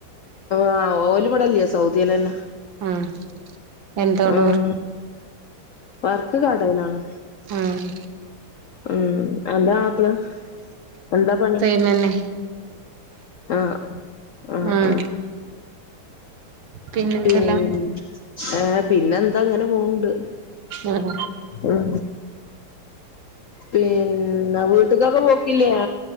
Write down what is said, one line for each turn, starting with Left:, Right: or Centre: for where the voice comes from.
Left: ആഹ് ഓല് ഇവടെ ഇല്യ സൗദ്യേലെന്നെ
Right: ആഹ് എന്താ അവടെ
Left: ഉം
Right: വർ
Left: വർക്ക് കടേലാണ്
Right: ആഹ്
Left: ഉം അന്റെ മാപ്ളെ എന്താ പണി
Right: ഇങ്ങെന്നെ
Left: ആഹ് ആഹ്
Right: ഉം
Left: ആഹ് ആഹ്
Right: പിന്നെന്തല്ലാ
Left: പിൻ ഏഹ് പിന്നെ എന്താ ഇങ്ങനെ പോവ്ണ്ട്
Right: ഉം
Left: ഉം പിന്നെ വീട്ട്ക്കൊക്കെ പോക്കില്ലേ